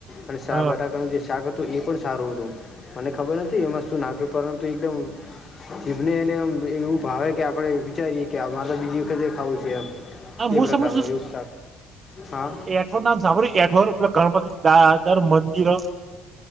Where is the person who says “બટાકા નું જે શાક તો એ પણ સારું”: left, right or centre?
Left